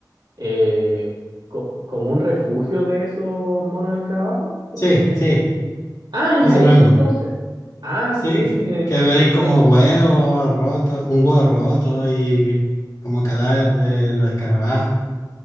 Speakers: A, on the right; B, on the left.
A: eh, co- como un refugio de esos monos escarabajos. Porque,
B: Sí,
A: eh,
B: sí,
A: ah, era
B: eso
A: eso
B: mismo.
A: entonces. Ah,
B: Sí,
A: sí, sí, eh,
B: que
A: eh,
B: veis
A: sí
B: como
A: lo,
B: huevos rotos, un huevo roto y como cadáver de los escarabajos.